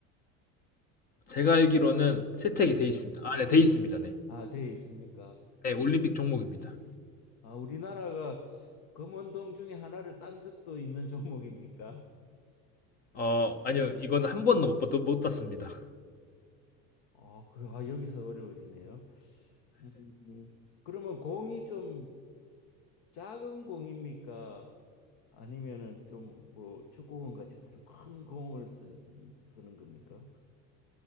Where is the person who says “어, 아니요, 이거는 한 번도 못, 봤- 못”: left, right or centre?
Left